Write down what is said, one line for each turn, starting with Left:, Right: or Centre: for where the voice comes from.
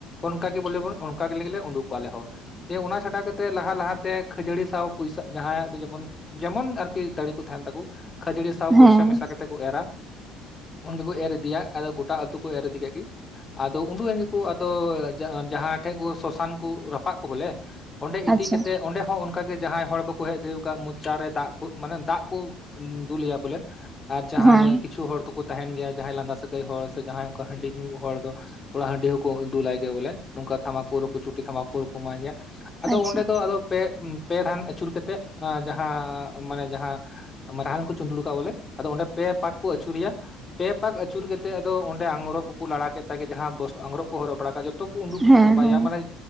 Left: ᱚᱱᱠᱟᱜ ᱜᱮ ᱵᱚᱞᱮ ᱚᱱᱠᱟᱜᱮ ᱩᱰᱩᱠ ᱠᱚᱣᱟ ᱟᱞᱮ ᱦᱚᱸ᱾ ᱫᱤᱭᱮ ᱚᱱᱟ ᱪᱷᱟᱰᱟ ᱠᱟᱛᱮᱫ ᱞᱟᱦᱟ ᱞᱟᱦᱟᱛᱮ ᱠᱷᱟᱡᱟᱹᱲᱤ ᱥᱟᱶ ᱯᱚᱭᱥᱟ ᱡᱟᱦᱟᱸᱭᱟᱜ ᱫᱚ ᱡᱮᱢᱚᱱ ᱡᱮᱢᱚᱱ ᱟᱨᱠᱤ ᱫᱟᱲᱤ ᱠᱩ ᱛᱟᱦᱮᱱ ᱛᱟᱠᱚ ᱠᱷᱟᱹᱡᱟᱹᱲᱤ ᱥᱟᱶ ᱯᱚᱭᱥᱟ
Right: ᱦᱮᱸ
Left: ᱢᱮᱥᱟ ᱠᱟᱛᱮᱫ ᱠᱚ ᱮᱨᱟ᱾ ᱩᱱᱜᱮ ᱠᱚ ᱮᱨ ᱤᱫᱤᱭᱟ ᱟᱫᱚ ᱜᱚᱴᱟ ᱟᱛᱩ ᱠᱚ ᱮᱨ ᱤᱫᱮ ᱠᱮᱫ ᱜᱤ᱾ ᱟᱫᱚ ᱩᱰᱩᱠᱮᱱ ᱜᱮᱠᱚ ᱟᱫᱚ ᱡᱟᱦᱟᱸ ᱴᱷᱮᱡ ᱠᱚ ᱥᱚᱥᱟᱱ ᱠᱚ ᱨᱟᱯᱟᱜ ᱠᱚ ᱵᱚᱞᱮ ᱚᱸᱰᱮ ᱤᱫᱤ
Right: ᱟᱪᱪᱷᱟ
Left: ᱠᱟᱛᱮᱜ ᱚᱸᱰᱮ ᱦᱚᱸ ᱚᱱᱠᱟᱜ ᱜᱮ ᱡᱟᱦᱟᱸᱭ ᱦᱚᱲ ᱵᱟ ᱦᱮᱡ ᱫᱟᱲᱤᱣᱟ ᱠᱟᱫ ᱢᱚᱪᱟᱨᱮ ᱫᱟᱜ ᱠᱚ ᱢᱟᱱᱮ ᱫᱟᱜ ᱠᱚ ᱫᱩᱞᱮᱭᱟ ᱵᱚᱞᱮ᱾ ᱟᱨ ᱡᱟᱦᱟᱸᱭ
Right: ᱦᱮᱸ
Left: ᱠᱤᱪᱷᱩ ᱦᱚᱲ ᱫᱚᱠᱚ ᱛᱟᱦᱮᱸᱱ ᱜᱮᱭᱟ ᱡᱟᱦᱟᱸᱭ ᱞᱟᱸᱫᱟ ᱥᱟᱹᱜᱟᱹᱭ ᱦᱚᱲ ᱥᱮ ᱡᱟᱦᱟᱸᱭ ᱚᱱᱠᱟ ᱦᱟᱺᱰᱤ ᱧᱩ ᱦᱚᱲ ᱫᱚ ᱛᱷᱚᱲᱟ ᱦᱟᱺᱰᱤ ᱦᱚᱸ ᱠᱚ ᱫᱩᱞᱟᱭ ᱜᱮᱭᱟ ᱵᱚᱞᱮ᱾ ᱱᱚᱝᱠᱟ ᱛᱷᱟᱢᱟᱠᱩᱨ ᱦᱚᱸᱠᱚ ᱪᱩᱴᱤ ᱛᱷᱟᱢᱟᱠᱩᱨ ᱦᱚᱸᱠᱚ ᱮᱢᱟᱭ ᱜᱮᱭᱟ᱾ ᱟᱫᱚ
Right: ᱟᱪᱪᱷᱟ
Left: ᱚᱸᱰᱮ ᱫᱚ ᱟᱫᱚ ᱯᱮ ᱯᱮ ᱫᱷᱟᱱ ᱟᱹᱪᱩᱨ ᱠᱟᱛᱮᱜ ᱡᱟᱦᱟᱸ ᱢᱟᱱᱮ ᱡᱟᱦᱟᱸ ᱢᱟᱨᱟᱦᱟᱱ ᱠᱚ ᱪᱩᱫᱩᱲᱩ ᱠᱟᱜᱼᱟ ᱵᱚᱞᱮ, ᱟᱫᱚ ᱚᱸᱰᱮ ᱯᱮ ᱯᱟᱠ ᱠᱚ ᱟᱹᱪᱩᱨᱮᱭᱟ, ᱯᱮ ᱯᱟᱠ ᱟᱹᱪᱩᱨ ᱠᱟᱛᱮᱫ ᱟᱫᱚ ᱚᱸᱰᱮ ᱟᱝᱽᱨᱚᱵ ᱠᱚᱠᱚ ᱞᱟᱲᱟ ᱠᱮᱫ ᱛᱟᱭ ᱜᱮ ᱡᱟᱦᱟᱸ ᱵᱚᱥ ᱟᱝᱽᱨᱚᱵ ᱠᱚ ᱦᱚᱨᱚᱜ ᱵᱟᱲᱟ ᱠᱟᱜ ᱡᱚ ᱛᱚ ᱠᱚ ᱩᱸᱰᱩᱠ
Right: ᱦᱮᱸ
Left: ᱪᱟᱵᱟᱭᱟ
Right: ᱦᱮᱸ
Left: ᱢᱟᱱᱮ